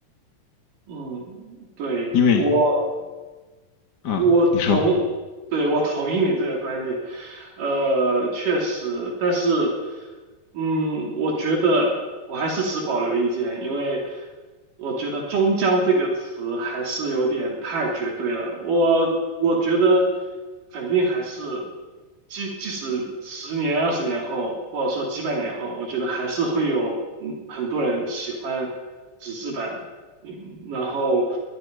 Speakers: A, on the right; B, on the left.
A: 嗯，对，
B: 因为，
A: 我
B: 嗯，
A: 我同，
B: 你说
A: 对，我同意你这个观点，呃，确实，但是，嗯，我觉得我还是持保留意见，因为我觉得“终将”这个词还是有点太绝对了。我我觉得肯定还是，即即使十年、二十年后，或者说几百年后，我觉得还是会有嗯很多人喜欢纸质版的。嗯，然后，